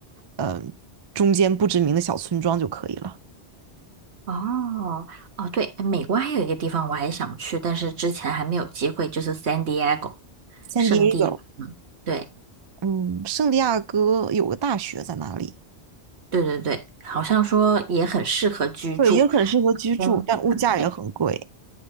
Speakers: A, on the right (about 45°); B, on the right (about 75°).
A: 嗯、中间不知名的小村庄就可以了。
B: 哦，哦，对，美国还有一个地方我还想去，但是之前还没有机会，就是 San Diego
A: San
B: 圣地亚哥。
A: d
B: 对，
A: 嗯，圣地亚哥有个大学在那里，
B: 对对对，好像说也很适合居住，
A: 对，也很适合居住，
B: 风景很美。
A: 但物价也很贵。